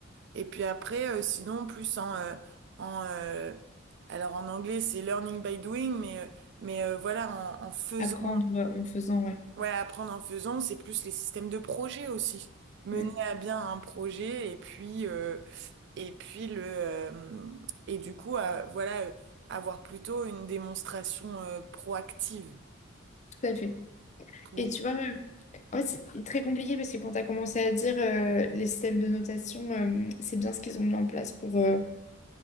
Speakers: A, on the right; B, on the left.
A: et puis après euh, sinon plus en euh, en euh, alors en anglais c'est learning by doing mais euh, mais euh, voilà en, en faisant
B: Apprendre en faisant, ouais.
A: Ouais, apprendre en faisant, c'est plus les systèmes de projet aussi. Mener
B: Mm,
A: à bien un projet et puis euh, et puis le euh, et du coup euh, voilà euh, avoir plutôt une démonstration euh, proactive
B: Tout à fait.
A: pour
B: Et tu vois, euh, en fait, c'est très compliqué parce que quand tu as commencé à dire euh, les systèmes de notation, euh, c'est bien ce qu'ils ont mis en place pour, euh,